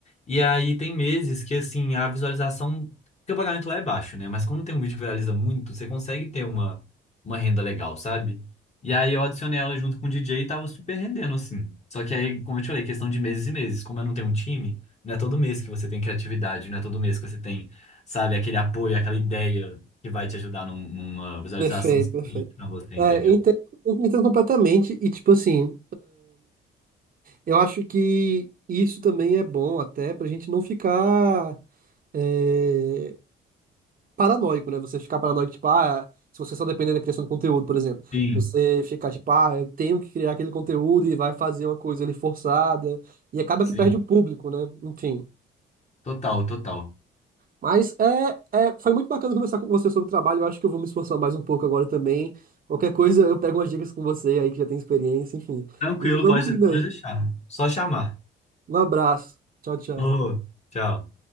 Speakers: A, on the left (about 35°); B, on the right (about 45°).
A: E aí tem meses que, assim, a visualização, porque o pagamento lá é baixo, né? Mas quando tem um vídeo que viraliza muito, você consegue ter uma, uma renda legal, sabe? E aí eu adicionei ela junto com o DJ e tava super rendendo, assim. Só que aí, como eu te falei, questão de meses e meses. Como eu não tenho um time, não é todo mês que você tem criatividade, não é todo mês que você tem, sabe, aquele apoio, aquela ideia que vai te ajudar num- numa visualização
B: Perfeito,
A: suficiente
B: perfeito.
A: para você,
B: É,
A: entendeu?
B: eu entendo, eu entendo completamente e, tipo assim, eu acho que isso também é bom até pra gente não ficar é, paranoico, né? Você ficar paranoico, tipo, ah, se você só depender da criação de conteúdo, por exemplo.
A: Sim,
B: Você ficar, tipo, ah, eu tenho que criar aquele conteúdo e vai fazer uma coisa ali forçada. E acaba
A: sim.
B: que perde o público, né? Enfim.
A: Total, total.
B: Mas é, é, foi muito bacana conversar com você sobre o trabalho. Eu acho que eu vou me esforçar mais um pouco agora também. Qualquer coisa, eu pego umas dicas com você aí que já tem experiência, enfim.
A: Tranquilo,
B: E vamos
A: pode,
B: indo
A: pode
B: aí.
A: deixar. Só chamar.
B: Um abraço. Tchau, tchau.
A: Ô, tchau.